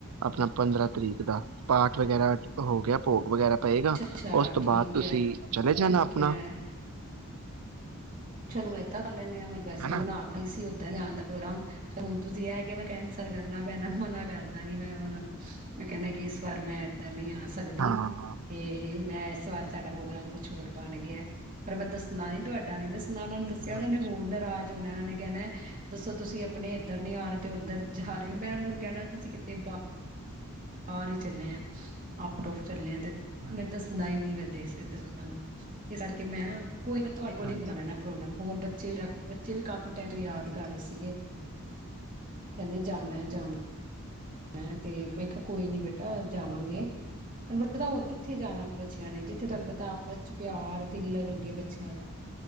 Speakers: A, on the right; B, on the right.
A: ਆਪਣਾ ਪੰਦਰਾਂ ਤਰੀਕ ਦਾ ਪਾਠ ਵਗ਼ੈਰਾ ਹੋ ਗਿਆ ਭੋਗ ਵਗੈਰ੍ਹਾ ਪਏਗਾ
B: ਅੱਛਾ ਅੱਛਾ
A: ਉਸ ਤੋਂ
B: ਠੀਕ
A: ਬਾਅਦ ਤੁਸੀਂ
B: ਹੈ
A: ਚਲੇ ਜਾਣਾ
B: ਠੀਕ
A: ਆਪਣਾ
B: ਹੈ ਮੈਨੂੰ ਇੱਦਾਂ ਲੈਂਦੇ ਹਾਂ ਮੈਂ ਵੈਸੇ
A: ਹਨਾ
B: ਬਣਾ ਤ ਹੀ ਸੀ ਆਣ ਦਾ ਪ੍ਰੋਗਰਾਮ ਹੁਣ ਤੁਸੀਂ ਆ ਕੇ ਮੈਂ ਕੈਂਸਲ ਕਰਨਾ ਪੈਣਾ ਮਨਾ ਕਰਦਾਂਗੀ ਮੈਂ ਉਨ੍ਹਾਂ ਨੂੰ ਮੈਂ ਕਹਿੰਦਾ ਕਿ ਇਸ ਵਾਰ ਮੈਂ ਇੱਧਰ ਨਹੀਂ ਆ ਸਕਦੀ
A: ਹਾਂ
B: ਤੇ ਮੈਂ ਇਸ ਵਾਰ ਤੁਆਡਾ ਪ੍ਰੋਗਰਾਮ ਕੁਛ ਹੋਰ ਬਣ ਗਿਆ ਪਰ ਮੈਂ ਦੱਸਣਾ ਨੀ ਤੁਆਡਾ ਨੀ ਦਸਣ ਉਨ੍ਹਾਂ ਉਨਾਂ ਨੂੰ ਦੱਸਿਆ
A: ਹਾਂਜੀ
B: ਉਨ੍ਹਾਂ ਨੇ ਹੋਰ ਨਾਰਾਜ਼ ਹੋਣਾ ਉਹਨਾਂ ਨੇ ਕਹਿਣਾ ਦੱਸੋ ਤੁਸੀਂ ਆਪਣੇ ਇੱਧਰ ਨੀਂ ਆ ਰਹੇ ਤੇ ਉੱਧਰ ਜਾ ਰਹੇ ਔ, ਮੈਂ ਉਹਨਾਂ ਨੂੰ ਕਹਿਣਾ ਅਸੀ ਕਿਤੇ ਬਾ ਬਾਰ ਹੀ ਚੱਲੇ ਆਂ, ਆਊਟ ਔਫ ਚੱਲੇ ਆਂ। ਤੇ
A: ਹਾਂਜੀ
B: ਮੈਂ ਦੱਸਣਾ ਈਂ ਨਈਂ ਮੈਂ ਦੇਸ ਦੱਸੋ ਤੁਹਾਨੂੰ ਇਸ ਕਰਕੇ ਮੈਂ ਕੋਈ ਨੀ ਮੈਂ ਤੁਹਾਡੇ ਕੋਲ
A: ਹਾਂਜੀ
B: ਬਣਾ ਲੈਣਾ ਹੋਰ ਬੱਚੇ ਵੀ ਬੱਚੇ ਵੀ ਕਾਫੀ ਟਾਈਮ ਤੋਂ ਯਾਦ ਕਰ ਰਹੇ ਆ। ਸੀਗੇ ਕਹਿੰਦੇ। ਜਾਣਾ ਜਾਣਾ ਨਹੀਂ ਤੇ ਮੈਂ ਕਿਹਾ ਕੋਈ ਨੀ ਬੇਟਾ
A: ਆਪਣਾ ਸਮਾਨ
B: ਜਾਵਾਂਗੇ
A: ਲਾ
B: ਤੁਹਾਨੂੰ
A: ਕੇ ਚੱਲਦਾ ਨਾ। ਹਾਂ,
B: ਪਤਾ ਹੋਰ ਕਿੱਥੇ ਜਾਣਾ ਬੱਚਿਆਂ ਨੇ ਜਿੱਥੇ
A: ਕੋਈ
B: ਤੁਹਾਨੂੰ ਪਤਾ
A: ਨੀ,
B: ਆਪਸ ਚ ਪਿਆਰ ਦਿਲ
A: ਉਹ
B: ਲੱਗੇ
A: ਤੇ ਹੈ। ਹਾਂ,
B: ਬੱਚਿਆਂ ਦਾ